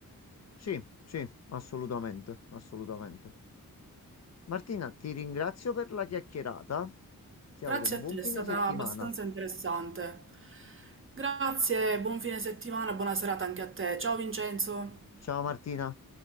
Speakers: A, on the left; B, on the right.
A: Sì, sì, assolutamente, assolutamente. Martina, ti ringrazio per la chiacchierata. Ti
B: Grazie
A: auguro un
B: a
A: buon
B: te,
A: fine
B: è stata
A: settimana.
B: abbastanza interessante. Grazie, buon fine settimana, buona serata anche a te. Ciao Vincenzo.
A: Ciao Martina.